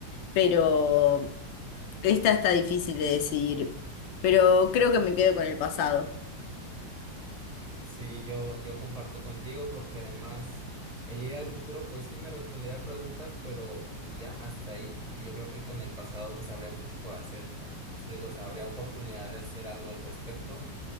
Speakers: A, on the left; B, on the right.
A: Pero Esta está difícil de decidir, pero creo que me quedo con el pasado.
B: Sí, yo, yo comparto contigo porque además el ir al futuro pues sí me respondería preguntas, pero pues ya hasta ahí. Y yo creo que con el pasado pues habría mucho por hacer. ¿no? Me explico, o sea, habría oportunidad de hacer algo al respecto